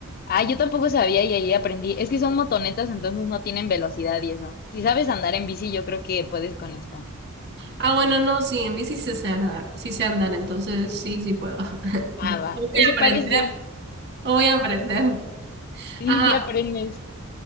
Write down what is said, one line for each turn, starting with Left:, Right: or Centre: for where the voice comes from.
Left: Ah, yo tampoco sabía y ahí aprendí. Es que son motonetas, entonces no tienen velocidad y eso. Si sabes andar en bici, yo creo que puedes con esta.
Right: Ah, bueno, no, sí, en bici sí sé andar, sí sé andar, entonces sí, sí puedo. <laughs>
Left: Ah, va.
Right: Voy
Left: Pues se
Right: a aprender,
Left: parece.
Right: voy a aprender.
Left: Sí,
Right: Ajá.
Left: sí aprendes.